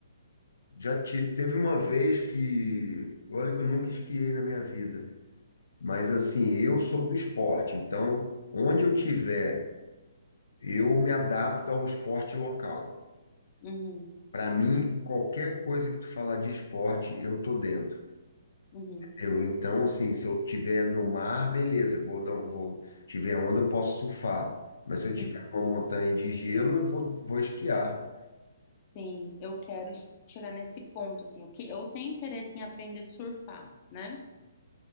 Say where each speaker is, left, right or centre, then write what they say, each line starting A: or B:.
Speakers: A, on the left; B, on the left.
A: já ti- teve uma vez que, olha que eu nunca esquiei na minha vida, mas assim, eu sou do esporte, então onde eu tiver, eu me adapto ao esporte local.
B: Uhum,
A: Para mim, qualquer coisa que tu falar de esporte, eu tô dentro.
B: uhum,
A: Eu, então, assim, se eu tiver no mar, beleza, eu vou, dar um- vou, tiver onda, eu posso surfar. Mas se eu
B: uhum.
A: tiver uma montanha de gelo, eu vou, vou esquiar.
B: Sim, eu quero chegar nesse ponto, assim. O que, eu tenho interesse em aprender a surfar, né?